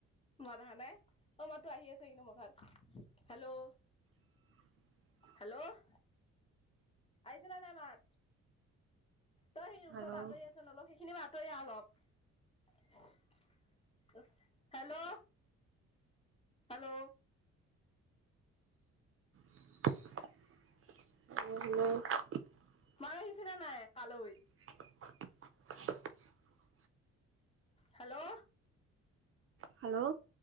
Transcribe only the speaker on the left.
মাত অহা নাই অ মাতো আহি আছে কিন্তু মঠাত হেল্ল'
হেল্ল' আহিছে নে নাই মাত তই সি ওচৰ
পা আতৰি আহছোন অলপ সেইখিনি পা আতৰি আ অলপ হেল্ল' হেল্ল'
মাত আহিছেনা নাই কালৈ
হেল্ল'